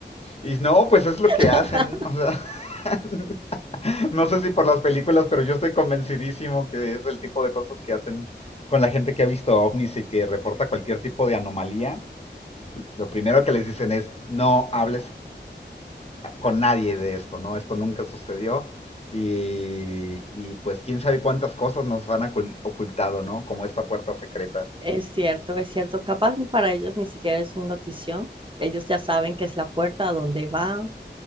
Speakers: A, on the left; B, on the right.
A: Y no, pues es lo
B: <laughs>
A: que hacen. O sea, <laughs> no sé si por las películas, pero yo estoy convencidísimo que es el tipo de cosas que hacen con la gente que ha visto ovnis y que reporta cualquier tipo de anomalía. Lo primero que les dicen es, no hables con nadie de esto, ¿no? Esto nunca sucedió. Y, y pues quién sabe cuántas cosas nos han ocul- ocultado, ¿no? Como esta puerta secreta.
B: Es cierto, es cierto. Capaz para ellos ni siquiera es un notición. Ellos ya saben que es la puerta a dónde va,